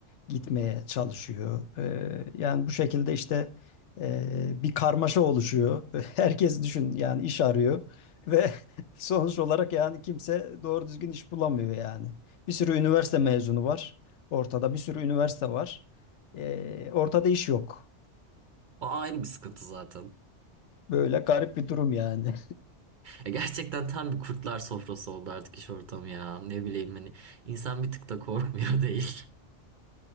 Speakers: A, on the left; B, on the right.
A: gitmeye çalışıyor. Ee, yani bu şekilde işte e, bir karmaşa oluşuyor. <laughs> Herkes düşün yani iş arıyor ve <laughs> sonuç olarak yani kimse doğru düzgün iş bulamıyor yani. Bir sürü üniversite mezunu var ortada, bir sürü üniversite var. Ee, ortada iş yok.
B: O ayrı bir sıkıntı zaten.
A: Böyle garip bir durum yani.
B: Ya gerçekten tam bir kurtlar sofrası oldu artık iş ortamı ya. Ne bileyim hani insan bir tık da korkmuyor <laughs> değil.